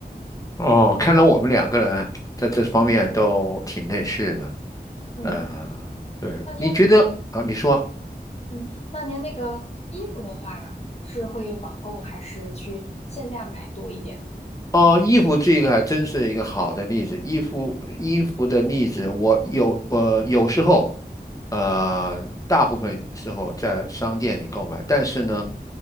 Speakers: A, on the left; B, on the left.
A: 哦，看来我们两个人在这方面都挺类似的。
B: 嗯，
A: 呃，对，
B: 那您，
A: 你觉得啊？你说。
B: 嗯，那您那个衣服的话，是会网购还是去线下买多一点？
A: 哦，衣服这个还真是一个好的例子。衣服衣服的例子，我有呃有时候，呃大部分时候在商店里购买，但是呢，